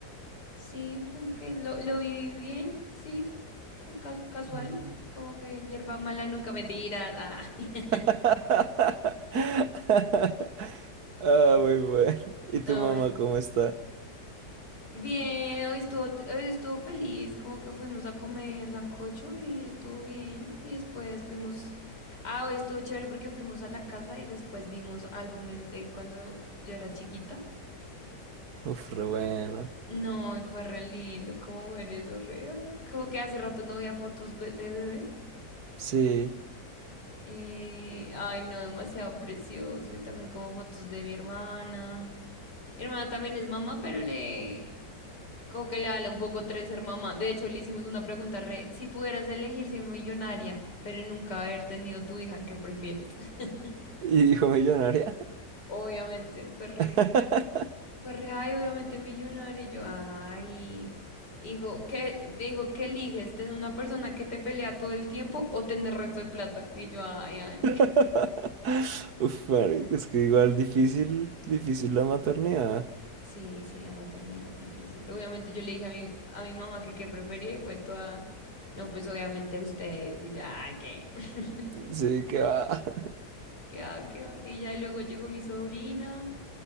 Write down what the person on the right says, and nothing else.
mm.
<laughs> Ah, muy bueno. ¿Y
tu mamá
cómo está?
Uf, re bueno.
Sí.
¿Y hijo millonaria?
<laughs>
<laughs> Uf, marico, es que igual difícil, difícil la maternidad.
Sí, que va. <laughs>